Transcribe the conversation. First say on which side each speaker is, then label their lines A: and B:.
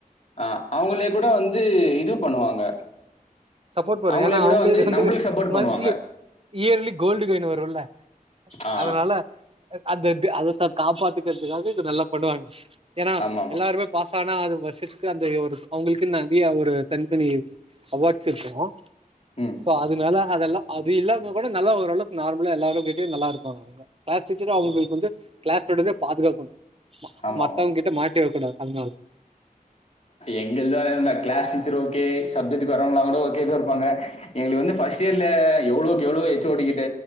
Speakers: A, on the left; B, on the right.
A: ஆ அவங்களே கூட வந்து இது பண்ணுவாங்க
B: சப்போர்ட் பண்ணற
A: அவங்களே
B: ஏன்னா
A: கூட
B: அவங்களுக்கு வந்து
A: நம்மளுக்கு சப்போர்ட்
B: மந்த்திலி
A: பண்ணுவாங்க
B: இயர்லி கோல்டு காயின் வரும்ல
A: ஆ
B: அதனால அந்த அ காப்பாத்துக்கிறதுக்காக நல்லா போடுவாங்க ஏன்னா
A: ஆமா ஆமா
B: எல்லாருமே பாச து வருஷத்துக்கு அந்த ஒரு அவங்களுக்கு நிறைய ஒரு தனித்தனி அவார்ட் இருக்கம்
A: ம்
B: சோ அததுனால அதுெல்லாம் அது இல்லாமங்க கூட நல்ல ரளவு நார்மலா எல்லாரரும் கேட்டயும் நல்லா இருப்பாங்க அவங்க க்ளஸ் டிச்சர் அமங்க
A: ஓ
B: கொ கிளாஸ் படுறதே பாதுகாக்கணும்
A: ஆமா
B: மத்தவங்க
A: ஆமா
B: கிட்ட மாட்டி வக்கணும் அதனள்
A: எங்க தான்ந்த கிளாஸ் டீச்சர் ஓகே சஜெக்ட வரவங்களா கூ ஓகேதான் இருப்பாங்க எங்களுக்கு வந்து பஸ்ட் இயர்ல எவ்ளோக்கு எவ்ளோ எச்ஓடிக்கிட்ட